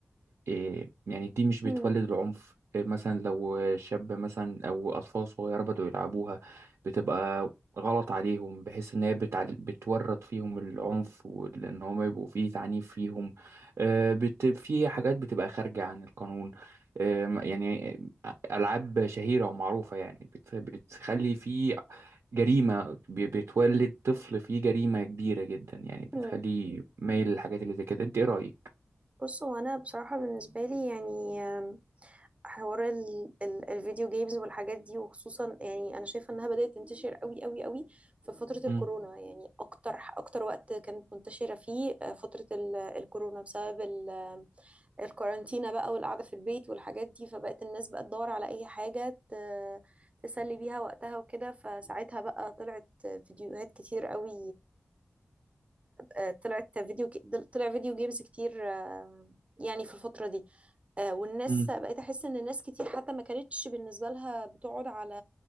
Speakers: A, on the right (about 80°); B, on the right (about 30°).
A: إيه يعني دي مش بتولد
B: مم.
A: العنف إيه مثلا لو شاب مثلا او اطفال صغيرة بدأوا يلعبوها بتبقى غلط عليهم بحيث ان هي بتعل... بتورط فيهم العنف وان هم يبقوا فيه تعنيف فيهم آه، بت... في حاجات بتبقى خارجة عن القانون آه، يعني ألعاب شهيرة ومعروفة يعني بت... بتخلي فيه جريمة بي- بتولد طفل فيه جريمة كبيرة جدا يعني بتخليه
B: مم.
A: مايل للحاجات اللي زي كده انت ايه رأيك؟
B: بص هو انا بصراحة بالنسبة لي يعني آم، حوار ال ال الفيديو جيمز والحاجات دي وخصوصا يعني انا شايفه انها بدات تنتشر قوي قوي قوي في فتره الكورونا
A: مم.
B: يعني اكتر اكتر وقت كانت منتشره فيه آه، فتره ال- الكورونا بسبب ال- الكورانتينا بقى والقعده في البيت والحاجات دي فبقت الناس بقى تدور على اي حاجه ت- تسلي بيها وقتها وكده فساعتها بقى طلعت فيديوهات كتير قوي آه، طلعت فيديو طلع فيديو جيمز كتير آه، يعني في الفترة دي آه، والناس
A: مم.
B: بقيت احس ان الناس كتير حتى ما كانتش بالنسبه لها بتقعد على